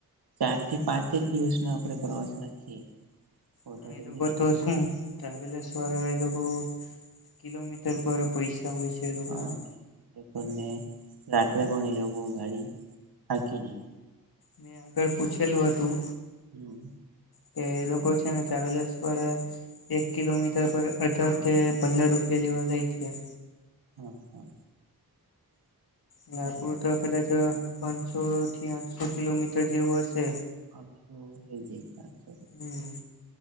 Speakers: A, on the right; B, on the left.
A: ચાર થી પાંચેક દિવસનોો આપડે પ્રવાસ રાખીએ. વધારે
B: હ એ તો
A: નહી
B: કરતો
A: રાખીએ
B: હો શું. ટ્રાવેલર્સ વાળા એ લોકો કિલોમીટર પર પૈસા હોય છે. એ લોકોના
A: હા પણ મેં રાત્રે પણ એ લોકો ગાડી હાકી નઈ.
B: મેં આગળ પૂછેલું હતું.
A: હમ
B: કે એ લોકો છે ને ટ્રાવેલર્સ પર. એક કિલોમીટર પર હઢાર કે પંદર રૂપિયા જેવા લે છે.
A: હ હા.
B: હમ
A: બરાબર
B: લપુર તો
A: છે
B: કદાચ પાંચસો થી આઠો. કિલોમીટર જેવું હશે.
A: હા તો થઈ જાય.
B: હમ